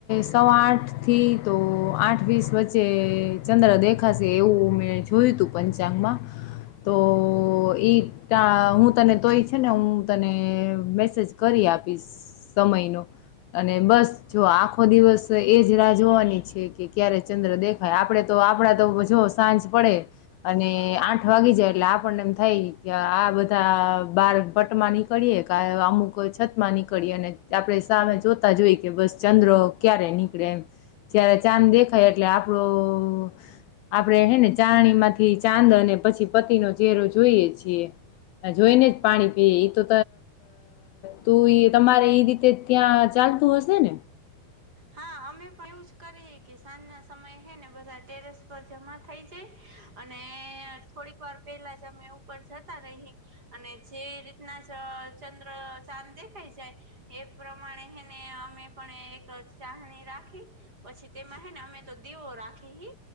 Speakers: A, on the left; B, on the right.
A: સવા આઠ થી તો આઠ વીસ વચ્ચે ચંદ્ર દેખાશે- - એવું મેં જોયું હતું પંચાંગમાં તો એટ હું- - તને તોય છે ને હું તને મેસેજ કરી આપીશ સમયનો અને બસ જો આખો દિવસ એજ રાહ જોવાની છે, કે ક્યારે ચંદ્ર દેખાય આપડે તો આપડા તો જો સાંજ પડે અને આઠ વાગી જાય એટલે આપણને એમ થાય, કે આ બધ બાર બટમાં નીકળીએ કે અમુક છત માં નીકળીએ અને આપડે સામે જોતા જોઈ કે બસ ચંદ્ર ક્યારે નીકળે એ ત્યારે ચાંદ દેખાય એટલે આપણું આપણે હે ને ચારણી માંથી ચાંદ અને પછી પતિ નો ચહેરો જોઈએ છીએ. જોઈ ને જ પાણી પીએ તો તું તમારે એઈ રીતે ત્યાં ચાલતું હશે ને?
B: હા, અમે પણ એવું જ કરી કે સાંજ ના સમય હે ને બધા ટેરેસ પર જમા થઈ જાય. અને થોડીક વાર પેલા જ અમે ઉપર જતા રહી અને જે રીતના ચંદ્ર ચાંદ દેખાઈ જાય એ પ્રમાણે એને અમે પણ એક ચણી રાખી પછી તેમાં હ ને અમે તો દીવો રાખી,